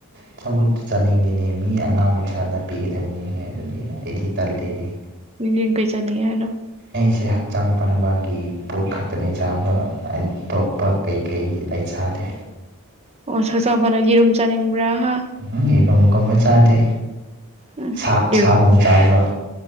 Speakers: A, on the right; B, on the right.
A: ꯑꯆꯥꯄꯣꯠꯇꯣ ꯆꯥꯅꯤꯡꯗꯦꯅꯦ ꯃꯤ ꯑꯉꯥꯡ ꯃꯆꯥꯗ ꯄꯤꯒꯗꯕꯅꯤꯅꯦ ꯑꯗꯨꯗꯤ ꯑꯩꯗꯤ ꯇꯜꯂꯤꯅꯦ꯫
B: ꯃꯤꯅꯤꯡ ꯀꯩ ꯆꯥꯅꯤꯡ ꯍꯥꯏꯔꯣ
A: ꯑꯩꯁꯦ ꯍꯛꯆꯥꯡ ꯐꯅꯕꯒꯤ ꯄꯣꯠ ꯈꯛꯇꯅꯦ ꯆꯥꯕ ꯑꯥꯏ ꯇꯣꯞꯄ ꯀꯩ ꯀꯩꯒꯤ ꯑꯩ ꯆꯥꯗꯦ꯫
B: ꯑꯣ ꯁꯍꯛꯆꯥꯡ ꯐꯅ ꯌꯦꯔꯨꯝ ꯆꯥꯅꯤꯡꯕ꯭ꯔꯥ ꯍꯥ
A: ꯎꯝ ꯍꯨꯝ ꯌꯦꯔꯨꯝꯒꯨꯝꯕ ꯆꯥꯗꯦ꯫
B: ꯎꯝ
A: ꯁꯥ ꯁꯥꯒꯨꯝꯕ ꯆꯥꯕ꯭ꯔꯣ